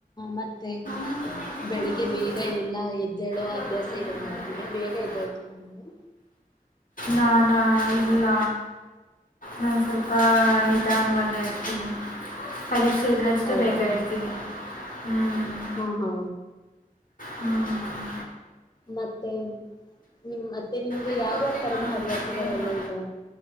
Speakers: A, on the left; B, on the left.
A: ಮತ್ತ ಮತ್ತೆ
B: ಮತ್ತೆ ಪ್ರಾಕ್ಟೀಸ್
A: ಬೆಳಿಗ್ಗೆ
B: ಮಾಡುವಾಗ ಬಿಟ್ಟು
A: ಬೇಗ ಎಲ್ಲ ಎದ್ದೇಳೋ
B: ಬರುತ್ತೆ
A: ಅಭ್ಯಾಸ
B: ನೀವು
A: ಇದೆ ನನಗೆ
B: ಹೇಳ್ಕೊಡಿ
A: ಬೇಗ ಎದ್ದಳ್ತೀರ ನೀವು
B: ನಾನು ಇಲ್ಲ ನಾನು ಸ್ವಲ್ಪ ನಿಧಾನವಾಗಿ ಹೇಳ್ತೀನಿ ಪರೀಕ್ಷ ಿದ್ರಷ್ಟೇ
A: ಹೌದಾ
B: ಬೇಗ ಇರ್ತೀನಿ ಹ್
A: ಹಾ ಹಾ
B: ಹ್ಮ್
A: ಮತ್ತೆ ನಿಮ್ಮ ಮತ್ತೆ ನಿಮ್ಗೆ
B: ಇದು
A: ಯಾವ್್ಯಾವ್
B: ಗೊತ್ತಿಲ್ಲ
A: ತರದ
B: ನನಗೆ
A: ಹವ್ಯಾಸಗಳೆಲ್ಲಾ
B: ಏನು ಮಾಡ್ತೀನಿ
A: ಇದೆ